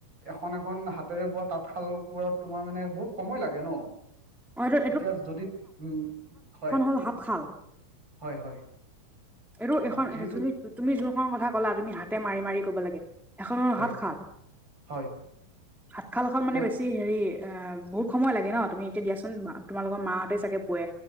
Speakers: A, on the right; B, in the centre.
A: এখন এখন হাতেৰে বোৱা তাঁতশাল বোৰত তোমাৰ মানে বহুত সময় লাগে ন
B: অ এইটো
A: এতিয়া যদি উম হয়।
B: সাত খাল
A: হয় হয়।
B: এইটো
A: অ
B: এইখন
A: যিটোত
B: যো তুমি যোনখন কথা ক'লা তুমি হাতে মাৰি মাৰি কব লাগে। এখনত
A: হয়
B: হাত সাত
A: হয়।
B: সাত শালখন মানে
A: এ
B: বেছি হেৰি অ বহুত সময় লাগে ন তুমি এতিয়াচোন তোমালোকৰ মাহঁতেই চাগে বে